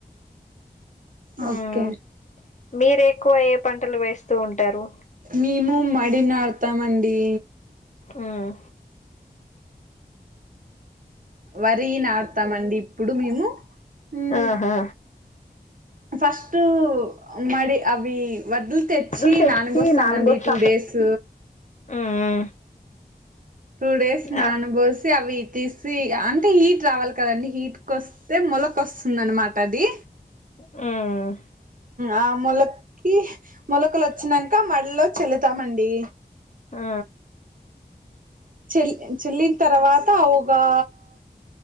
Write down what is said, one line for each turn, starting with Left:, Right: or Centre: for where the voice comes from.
Right: ఓకే
Left: మ్మ్ మీరు ఎక్కువ ఏ పంటలు వేస్తూ ఉంటారు
Right: మేము మడి నాడ్తామండి
Left: ఉమ్
Right: వరీ నాట్తామండి ఇప్పుడు మేము మ్
Left: ఆహా
Right: ఫస్ట్ మ్ మడి అవి వడ్డుల్ తె చ్చి
Left: లు తెచ్చి
Right: నాన బోస్తామండి
Left: నానబోస్తాం
Right: టూ డేస్
Left: మ్మ్
Right: టూ డేస్ నానబోసి
Left: ఆ
Right: అవి తీసి అంటే హీట్ రావాలి కదండి హీట్ కోస్ తే మొలకొస్తుందనమాట అది
Left: ఉమ్
Right: ఆ మొలక్కి మొలకలొచ్చినంక మడిల్లొ చళ్ళుతామండి
Left: ఆ
Right: చెల్ చెల్లిన్తర్వాత ఒగా